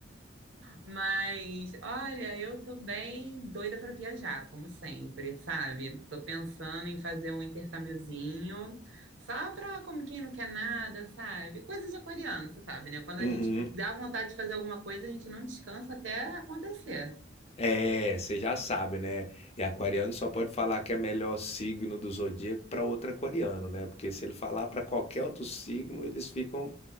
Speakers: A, on the right (about 75°); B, on the left (about 35°).
A: Mas, olha, eu tô bem doida para viajar, como sempre, sabe? Tô pensando em fazer um intercâmbiozinho, só pra como quem não quer nada, sabe? Coisa de aquariano, você sabe, né? Quando
B: Uhum.
A: a gente dá vontade de fazer alguma coisa, a gente não descansa até acontecer.
B: É, você já sabe, né? E aquariano só pode falar que é melhor signo do zodíaco para outro aquariano, né? Porque se ele falar para qualquer outro signo, eles ficam